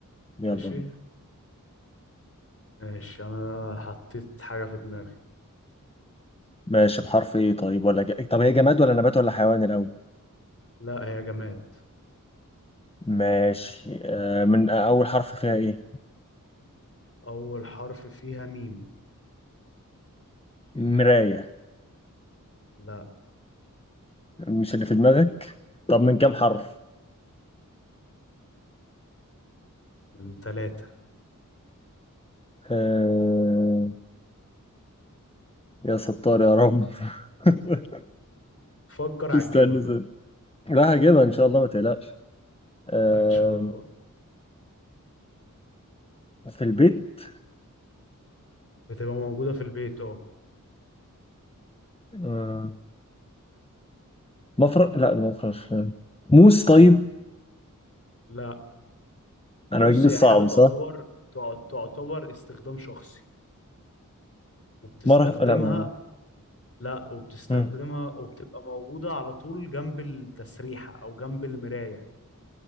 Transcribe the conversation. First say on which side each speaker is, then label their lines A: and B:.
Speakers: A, on the left; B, on the left.
A: يلا
B: ماشي
A: بينا
B: ماشي انا حطيت حاجة في دماغي
A: ماشي بحرف ايه طيب ولا ج... طب هي جماد ولا نبات ولا حيوان الاول
B: لا هي جماد
A: ماشي آه من آه، اول حرف فيها ايه
B: اول حرف فيها ميم
A: مرايه
B: لا
A: مش اللي في دماغك طب من كام حرف
B: من ثلاثة
A: آه... يا ستار يا رب <laughs>
B: فكر
A: استنى
B: هتجيبها
A: استنى. راح اجيبها ان شاء الله ما تقلقش آم،
B: ان شاء الله
A: في البيت
B: بتبقى موجودة في البيت اه
A: آم، مفرق لا مفرش موس طيب
B: لا
A: انا
B: بص
A: بجيب الصعب
B: هي حاجة تعتبر
A: صح
B: تع- تعتبر استخدام شخصي وبتستخدمها
A: مرح لا ما-
B: لا وبتستخدمها
A: مم.
B: وبتبقى موجودة على طول جنب التسريحة او جنب المراية